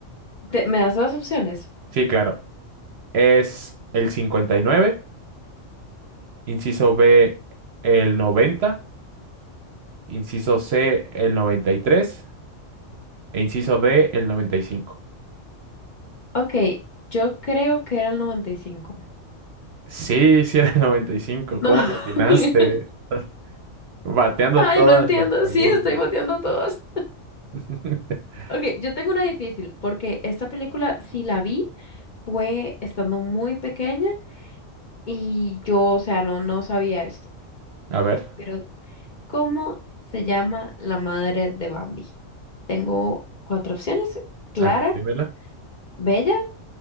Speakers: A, on the left; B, on the right.
A: ¿Te- ¿me das las opciones?
B: Sí, claro. Es el 59, inciso B el 90, inciso C el 93 e inciso D el 95.
A: Ok, yo creo que era el 95.
B: Sí, sí era el 95.
A: No.
B: ¿Cómo la atinaste?
A: <laughs>
B: <laughs> Estás Bateando
A: Ay,
B: todas
A: no entiendo.
B: las preguntas.
A: Sí, estoy boteando a todos.
B: <laughs>
A: Ok, yo tengo una difícil, porque esta película, si la vi, fue estando muy pequeña y yo, o sea, no, no sabía esto.
B: A ver,
A: Pero, ¿cómo se llama la madre de Bambi? Tengo cuatro opciones. Clara,
B: a ver, dímela.
A: Bella,